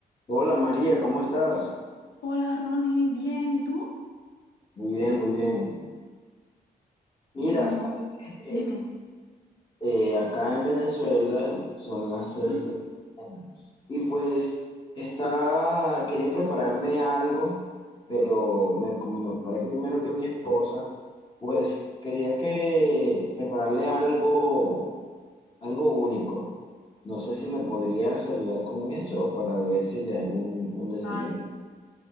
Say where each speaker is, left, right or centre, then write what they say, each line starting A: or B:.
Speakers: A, on the left; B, on the left.
A: Hola María, ¿cómo estás?
B: Hola Ronnie, bien, ¿y tú?
A: Muy bien, muy bien. Mira,
B: Mm,
A: sabes
B: pues,
A: que
B: dime.
A: eh, acá en Venezuela son las seis
B: Ah,
A: de la mañana y pues está, quería prepararme algo, pero me, como me preparé primero que mi esposa, pues quería que prepararle algo, algo único. No sé si me podrías ayudar con eso para ver si le hago un, un desayuno.
B: vale.